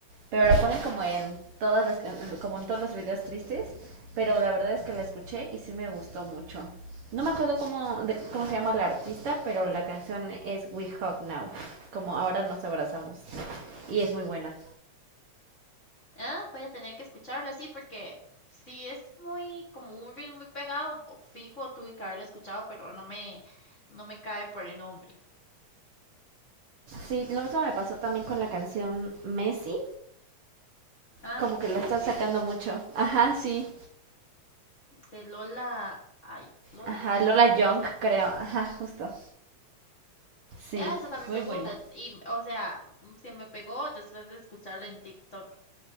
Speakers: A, on the right; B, on the left.
A: pero la ponen como en todas las can- como en todos los videos tristes. Pero la verdad es que la escuché y sí me gustó mucho. No me acuerdo cómo, de- cómo se llama la artista, pero la canción es We Hug Now, como ahora nos abrazamos. Y es muy buena.
B: Ah, voy a tener que escucharla así porque si es muy, como un reel muy pegado, o fijo, tuve que haberla escuchado, pero no me, no me cae por el nombre.
A: Sí, lo mismo me pasó también con la canción Messi,
B: Ah,
A: como que
B: <laughs>
A: la están
B: sí.
A: sacando mucho. Ajá, sí.
B: De Lola, ay, Lola
A: Ajá,
B: Young,
A: Lola
B: algo
A: Young,
B: así.
A: creo. Ajá, justo. Sí.
B: Ah, esa también
A: <laughs> Muy
B: me
A: buena.
B: gusta. Y, o sea, se me pegó después de escucharla en TikTok.